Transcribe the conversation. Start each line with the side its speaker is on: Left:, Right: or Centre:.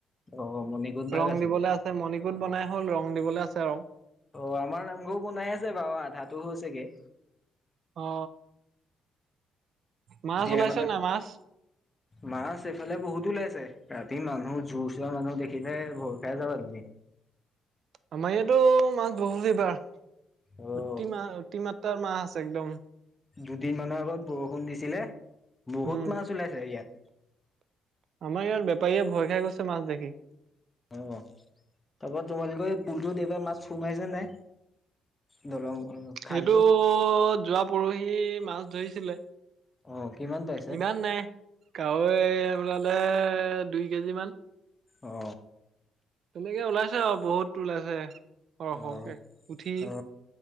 Left: অ', মণিকোট ভাগ
Right: ৰং
Left: আছেগে।
Right: দিবলৈ আছে আছে মণিকোট বনাই হ'ল ৰং দিবলৈ আছে আৰু
Left: অ আমাৰ নামঘৰ বনাই আছে বাৰু আধাোও হৈছেগে
Right: অ মাছ
Left: এতিয়া
Right: ওলাইছে
Left: মানে
Right: নাই মাছ
Left: মাছ এইফালে বহুত ওলাইছে ৰাতি মানুহ জোৰ চৰা মানুহ দেখিলে ভৰ খাই যাবা তুমি
Right: আমাৰ ইয়াতো মাছ বহুত এবাৰ
Left: অ',
Right: অতি মাহ অতি মাত্ৰাৰ মাহ আছে একদম
Left: দুদিন মানৰ আগত বৰষুণ দিছিলে বহুত
Right: উম।
Left: মাছ ওলাইছে ইয়াত
Right: আমাৰ ইয়াৰ বেপাৰীয়ে ভয় খাই গৈছে মাছ দেখি
Left: অ তাৰপৰা তোমাৰাল কয় এই পুলটোত এইবাৰ মাছ সোমাইছে নাই দলং
Right: সেইটো
Left: খালটোত?
Right: যোৱা পৰহি মাছ ধৰিছিলে
Left: অ কিমান তাৰ
Right: ইমান নাই কাৱৈ ওলালে দুই কেজি মান
Left: অ
Right: তেনেকে ওলাইছে আৰু বহুত ওলাইছে সৰহ
Left: অ
Right: সৰহকে পুঠি
Left: অ